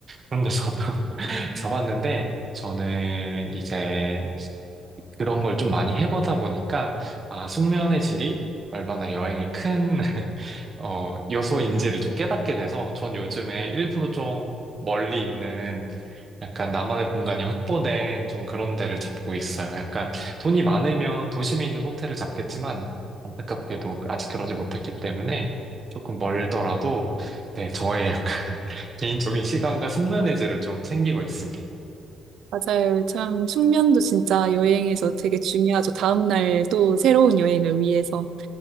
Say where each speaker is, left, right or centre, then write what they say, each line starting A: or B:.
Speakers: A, on the right; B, on the right.
A: 그런 데서도 <laughs> 자봤는데 저는 이제 그런 걸 좀 많이 해보다 보니까 아, 숙면의 질이 얼마나 여행에 큰 <laughs> 어, 여소인지를 좀 깨닫게 돼서 전 요즘에 일부러 좀 멀리 있는 약간 나만의 공간이 확보된 좀 그런 데를 잡고 있어요. 약간 돈이 많으면 도심에 있는 호텔을 잡겠지만 안타깝게도 아직 그러지 못했기 때문에 조금 멀더라도 네, 저의 약간 <laughs> 개인적인 시간과 숙면의지를 좀 챙기고 있습니다.
B: 맞아요. 참 숙면도 진짜 여행에서 되게 중요하죠. 다음날 또 새로운 여행을 위해서.